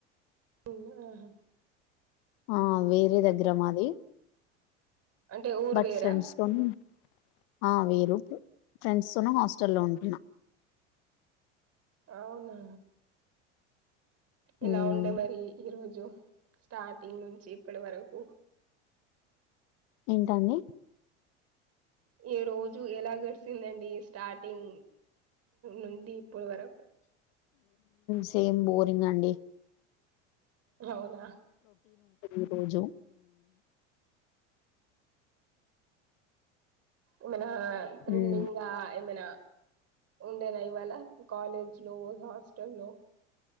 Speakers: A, on the right; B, on the left.
A: ఆహా
B: ఆ వేరే దగ్గర మాది
A: అంటే ఊరు
B: బట్
A: వేరా
B: ఫ్రెండ్స్ తోని ఆ వేరు ఫ్రెండ్స్ తోన హాస్టల్ లో ఉంటున్నా
A: అవునా ఇలా
B: మ్మ్
A: ఉండే మరి ఈరోోజు స్టార్టింగ్ నుంచి ఇప్పటి వరకు
B: ఏంటండి
A: ఈ రోజు ఎలా గడిసిందండి స్టార్టింగ్ నుండి ఇప్పడు వరకు
B: సేమ్ బోరింగ్ అండి
A: అవునా
B: ఈ రోజు
A: ఏమనా త్రిలింగా
B: హ్మ్
A: ఏమనా ఉండేనా ఇవాళ కాలేజ్ లో హాస్టల్ లో